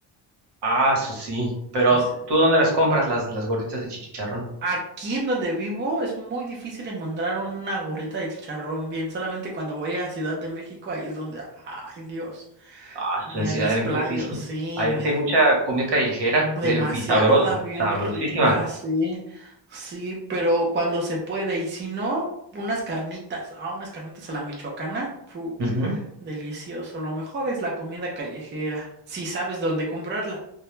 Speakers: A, on the right; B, on the right.
A: Ah, eso sí. Pero
B: <laughs>
A: ¿tú dónde las compras, las, las gorditas de chicharrón?
B: Aquí en donde vivo es muy difícil encontrar una gorrita de chicharrón bien. Solamente cuando voy a Ciudad de México, ahí es donde, ay Dios,
A: Ah, eso
B: me
A: en Ciudad
B: desplayo,
A: de México sí. <laughs>
B: sí,
A: Allá
B: me...
A: sí hay mucha comida callejera,
B: demasiada,
A: de, y sabrosa,
B: bien
A: sabrosísima.
B: rica, sí, sí, pero cuando se puede, y si no, unas carnitas, ah, unas carnitas a la michoacana, pu,
A: Ujú.
B: delicioso. Lo mejor es la comida callejera, si sabes dónde comprarla.